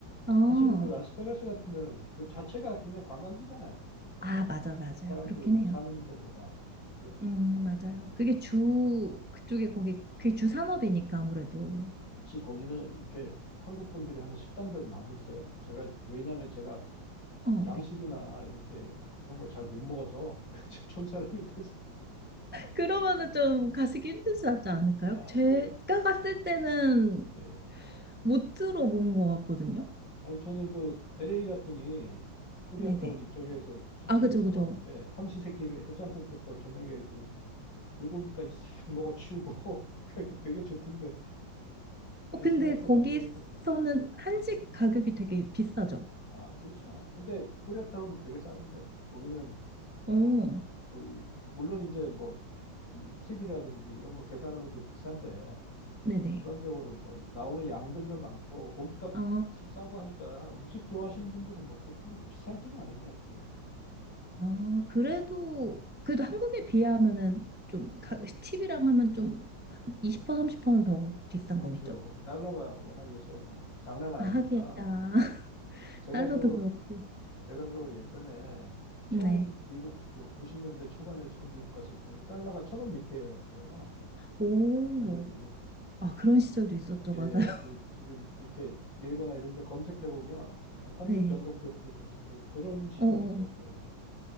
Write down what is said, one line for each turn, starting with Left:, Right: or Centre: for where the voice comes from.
Centre: 어,
Left: 사실은 그 라스베가스 같은 데는 그 자체가 그냥 관광지잖아요.
Centre: 아, 맞아, 맞아요.
Left: 사람들
Centre: 그렇긴
Left: 뭐
Centre: 해요.
Left: 사는 거보다. 그죠?
Centre: 음, 맞아요.
Left: 예.
Centre: 그게 주, 그쪽에 거기, 그게 주 산업이니까 아무래도.
Left: 혹시 거기는 이렇게 한국 분들이 하는 식당들 많이 있어요? 제가, 왜냐면 제가
Centre: 어,
Left: 양식이나
Centre: 네.
Left: 이렇게 이런 걸 잘 못 먹어서, <laughs> 촌 사람이 돼서.
Centre: 그러면은 좀 가시기 힘들지 않지 않을까요?
Left: 아,
Centre: 제가
Left: 그래요?
Centre: 갔을 때는
Left: 예.
Centre: 못 들어본 것 같거든요.
Left: 아니, 저는 그 LA 갔더니, 그 코리아타운
Centre: 네네.
Left: 이쪽에서 숙소를
Centre: 아, 그죠,
Left: 잡았는데,
Centre: 그죠.
Left: 삼시세끼를 해장국부터 저녁에 그 불고기까지 싹 먹어 치우고 <laughs> 그 되게 좋던데
Centre: 어,
Left: 라스베가스는
Centre: 근데 거기서는
Left: 아무래도
Centre: 한식 가격이 되게 비싸죠.
Left: 아 그렇죠 근데 코리아타운은 되게 싸던데 거기는
Centre: 어,
Left: 뭐 거기 물론 이제 뭐이 팁이라든지 이런 거 계산하면 좀 비싼데
Centre: 네네.
Left: 일반적으로 뭐 나오는 양들도 많고 고기값이
Centre: 아,
Left: 싸고 하니까 육식 좋아하시는 분들은 뭐 그렇게 비싸지는 않은 것 같아요
Centre: 아, 그래도, 그래도 한국에 비하면은 좀, 가, 팁이랑 하면 좀, 한 20% 30%는 더 비싼
Left: 그렇죠
Centre: 거겠죠?
Left: 달러가 워낙 요새 뭐 장난 아니니까
Centre: 아, 하기야. <laughs>
Left: 제가
Centre: 달러도
Left: 그
Centre: 그렇고.
Left: 제가 그 예전에 처음
Centre: 네.
Left: 미국 그 90년대 초반에 처음 미국 갔을 때는 달러가 천원 밑에였어요.
Centre: 오,
Left: 환율이.
Centre: 아, 그런 시절도 있었죠.
Left: 예,
Centre: 맞아요. <laughs>
Left: 그 지금 이렇게 네이버나 이런 데 검색해 보면 옛날 환율
Centre: 네.
Left: 변동표 이렇게 검색해 보면 그런 시절이
Centre: 어, 어,
Left: 있었어요.